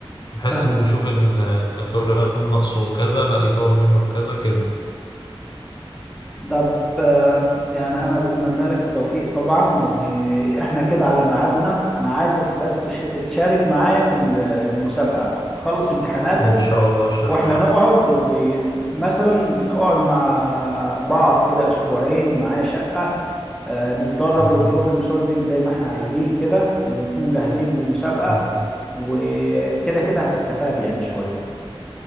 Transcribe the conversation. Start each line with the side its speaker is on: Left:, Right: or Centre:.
Left: بحيث
Centre: فاهمك
Left: ان يشوف
Centre: فاهمك
Left: ال- فلان ناقصه كذا لا يطور منه في كذا كده
Centre: طب آه، يعني انا بتمنى لك التوفيق طبعا واحنا كده على ميعادنا انا عايزك بس تش- تشارك معايا في ال- المسابقة تخلص امتحاناتك
Left: ان شاء الله اشترك
Centre: واحنا
Left: معاك
Centre: نقعد ومثلا نقعد مع بعض كده اسبوعين معايا شقة آه، نتدرب
Left: تمام
Centre: بروبلم سولفينج زي ما احنا عايزين كده ونكون جاهزين للمسابقة
Left: تمام
Centre: وكده كده هتستفاد يعني شوية